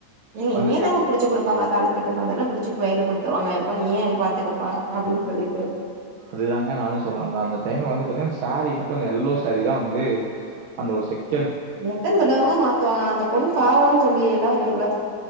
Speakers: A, on the right (about 55°); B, on the right (about 80°).
A: ஏங்க
B: அந்த
A: இங்கயு தாங்க புடிச்சு குடுப்பாங்க தாலி கட்டுன உடனே புடிச்சி கைல குடுத்துருவாங்க எப்பா நீயே எனைய பாத்துக்கப்பா அப்டின் சொல்லிட்டு
B: அதுதாங்க நானும் சொல்ல வந்த அந்த டைம்ல வந்து பாத்தீங்கன்னா ஸ் சேரீ மட்டும் அந்த எல்லோ சேரீ தா வந்து அந்த ஒரு செக்
A: எத்தன தடவங்க மாத்துவாங்க அந்த பொண்ணு பாவேன் சொல்லி எல்லா உங்களால்